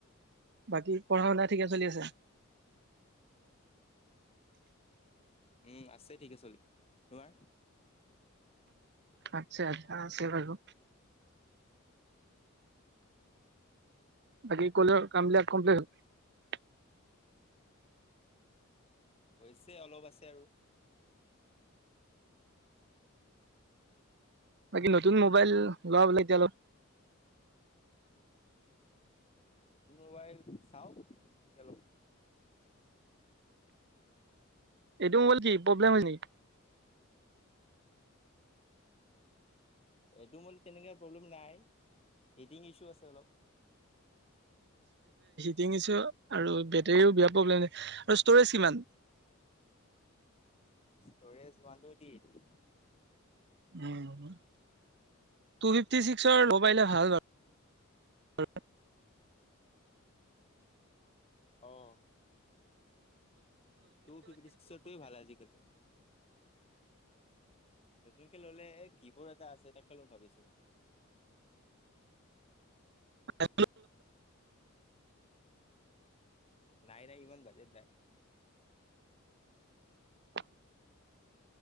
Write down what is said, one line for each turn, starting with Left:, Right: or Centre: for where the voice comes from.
Right: বাকী পঢ়া শুনা ঠিকে চলি আছে?
Left: উম আছে ঠিক আছে থিকে চলি তোমাৰ
Right: আছা আ আছে বাৰু বাকী কলেজৰ কামবিলাক কমপ্লিট হল।
Left: হৈছে অলপ আছে আৰু
Right: বাকী নতুন মোবাইল লোৱা বোলে এতিয়া অলপ, <inaudible>
Left: নতুন মোবাইল চাও গেলো।
Right: এইটো মোবাইল কি প্ৰব্লেম হয় নেকি?
Left: এইটো মোবাইল তেনেকুৱা প্ৰব্লেম নাই হিটিং ইছু আছে অলপ।
Right: তিনিচ আৰু বেটেৰীও বেয়া প্ৰব্লেম আৰু ষ্ট'ৰেজ কিমান? <inaudible>
Left: ইষ্টৰেজ ওৱান টোৱেনটি
Right: উ টু ফিফটি চিক্সৰ মোবাইল ভাল
Left: <unintelligible>
Right: হয়।
Left: অ' টু ফিফটি ছিক্সৰ ভাল আজিকালি। নতুনকে ললে এই ভিভ' এটা আছে তাকে লম ভাবিছোঁ
Right: আ।
Left: নাই নাই ইমান বাজেত নাই।
Right: <unintelligible>